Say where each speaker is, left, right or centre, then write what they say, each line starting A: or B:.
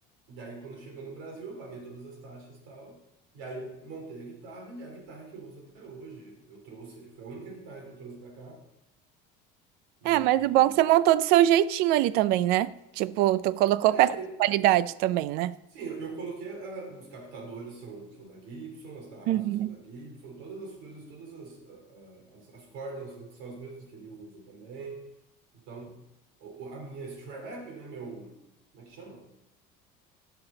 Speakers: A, on the right (about 70°); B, on the right (about 55°).
A: E aí, quando chegou no Brasil, eu paguei todas as taxas e tal. E aí, eu montei a guitarra e é a guitarra que eu uso até hoje. Eu trouxe, foi a única guitarra que eu trouxe pra cá. E.
B: É, mas o bom é que você montou do seu jeitinho ali também, né? Tipo, tu colocou
A: É,
B: peça de qualidade também, né?
A: sim, eu, eu coloquei. ah, os captadores são, são da Gibson, as tarraxas
B: Uhum.
A: são da Gibson, todas as coisas, todas as, ah, ah, as, as cordas são são as mesmas que ele usa também. Então, o- o- a minha strap, né, meu. Como é que chama?